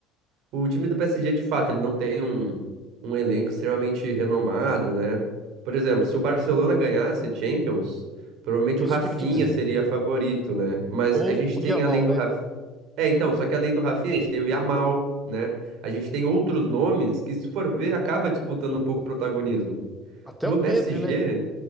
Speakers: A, on the right; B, in the centre.
A: o time do PSG, de fato, ele não tem um, um elenco extremamente renomado, né? Por exemplo, se o Barcelona ganhasse Champions, provavelmente
B: Isso
A: o Rafinha
B: que eu ia te dizer.
A: seria favorito, né? Mas
B: Ou
A: a gente
B: o
A: tem,
B: Yamal,
A: além do
B: né?
A: Rafinha, é, então, só que além do Rafinha, a gente tem o Yamal, né? A gente tem outros nomes que, se for ver, acaba disputando um pouco o protagonismo.
B: Até
A: No
B: o
A: PSG,
B: Pedro, né?